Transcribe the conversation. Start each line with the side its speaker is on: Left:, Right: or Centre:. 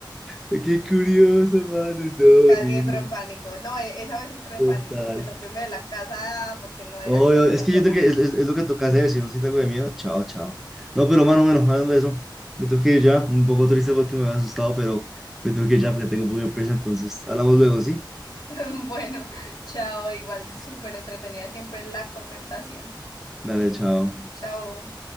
Centre: Qué curioso, mano. No,
Left: Casi
Centre: horrible.
Left: entro en pánico. No, e- esa vez entré
Centre: Total.
Left: en pánico. Me tocó irme de la casa porque no era
Centre: Oh,
Left: capaz
Centre: es
Left: de estar
Centre: que
Left: sola.
Centre: yo creo que es, es- es lo que toca hacer. Si no siento algo de miedo, chao, chao. No, pero mano, bueno, hablando de eso, me tengo que ir ya. Un poco triste porque me había asustado, pero me tengo que ir ya porque tengo un poco de prisa. Entonces, hablamos luego, ¿sí?
Left: <laughs> Bueno, chao. Igual súper entretenida siempre la conversación.
Centre: Dale, chao.
Left: Chao.